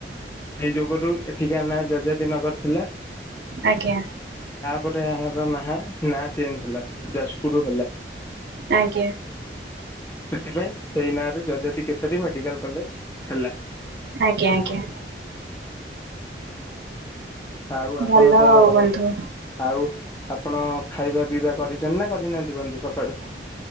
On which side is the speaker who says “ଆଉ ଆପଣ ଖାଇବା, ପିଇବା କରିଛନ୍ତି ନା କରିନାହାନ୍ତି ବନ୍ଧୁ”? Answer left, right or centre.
Left